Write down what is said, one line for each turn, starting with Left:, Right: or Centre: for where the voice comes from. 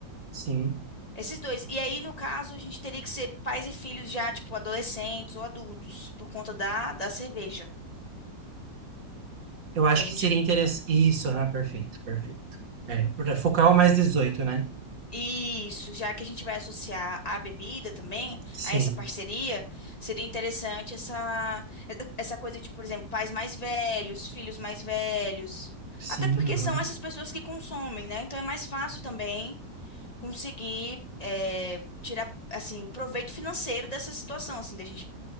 Right: sim.
Left: Esses dois. E aí, no caso, a gente teria que ser pais e filhos já, tipo, adolescentes ou adultos, por conta da, da cerveja,
Right: Eu acho
Left: entende?
Right: que seria interessante. Isso, ah, perfeito, perfeito. É, para focar o mais dezoito né?
Left: Isso, já que a gente vai associar a bebida também,
Right: Sim,
Left: a essa parceria, seria interessante essa, essa coisa de, por exemplo, pais mais velhos, filhos mais velhos.
Right: sim,
Left: Até porque
Right: aham.
Left: são essas pessoas que consomem, né? Então é mais fácil também conseguir é, tirar assim proveito financeiro dessa situação, assim, da gente